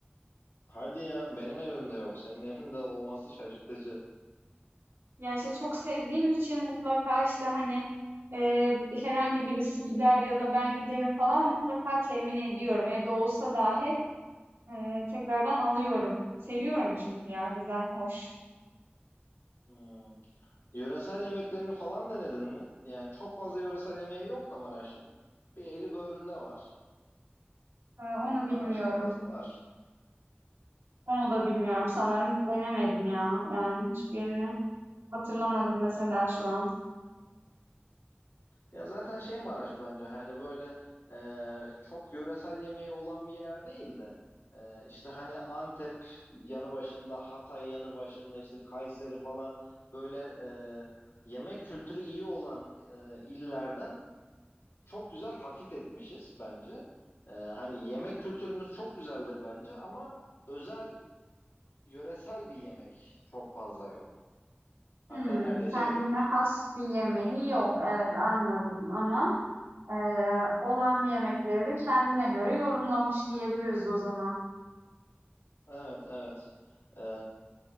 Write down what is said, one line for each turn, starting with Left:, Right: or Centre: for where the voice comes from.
Left: Hadi ya benim evimde yok senin evinde olması şaşırtıcı.
Right: Ya, işte, çok sevdiğim için mutlaka, işte, hani, eee, herhangi birisi gider ya da ben giderim falan mutlaka temin ediyorum. Evde olsa dahi, eee, tekrardan alıyorum. Seviyorum çünkü ya, güzel, hoş.
Left: Hmm. Yöresel yemeklerini falan denedin mi? Yani çok fazla yöresel yemeği yok da Maraş'ın. Bir eli böğründe var.
Right: Eee, onu
Left: Maraş
Right: bilmiyorum.
Left: tavası var.
Right: Onu da bilmiyorum sanırım. Denemedim ya. Yani hiçbirini hatırlamadım mesela
Left: Hmm.
Right: şu an.
Left: Ya zaten şey Maraş bence hani böyle e, çok yöresel yemeği olan bir yer değil de e, işte hani Antep yanı başında, Hatay yanı başında, işte Kayseri falan böyle e, yemek kültürü iyi olan e, illerden çok güzel taklit etmişiz bence. E, hani yemek kültürümüz çok güzeldir bence ama özel yöresel bir yemek çok fazla yok. Hatta
Right: Hımm,
Left: neredeyse
Right: kendine
Left: yok gibi işte.
Right: has bir yemeği yok. Evet, anladım ama, eee, olan yemekleri de kendine göre yorumlamış diyebiliriz o zaman.
Left: Evet, evet. Ee,